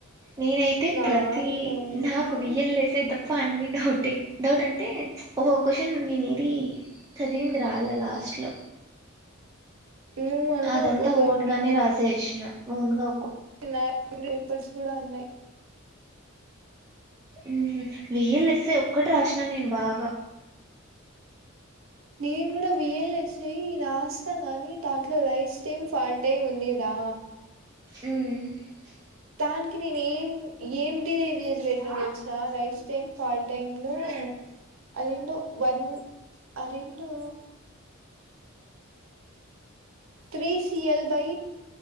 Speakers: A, on the right; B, on the right.
A: నేనైతే
B: నాకు
A: ప్రతి
B: డౌటే
A: నాకు వియ్యల్ వసే పన్ని డౌటే డౌట్ అంట్ అంటే ఒ ఓ క్వశ్చన్ నేన్టె తి చదివిన్ద్ రాలే లాస్ట్ లో
B: నువ్వు అన్నావ్
A: అదంతా
B: ఒక్కొక్క
A: ఓన్గానే రాస్ చేసిన ఓన్గా
B: తిన పేపర్స్ కూడా ఉన్నాయి
A: ఉమ్ హూ వీ ల్ ఎస్ ఎ ఒక్కటి రాసినా నేను బాగా
B: నేను కూడా వియల్ వసే రాస్తాను కాని దాంట్లో రైస్ టైమ్ ఫాల్ టైమ్ ఉందిరా
A: ఉమ్
B: దానికి నేను ఏం ఏం <unintelligible> చేసి పెట్టిన తెలిసిన రైస్ టైం ఫాల్ టైంలో అదెందో వన్ అదేంటో త్రీసి L by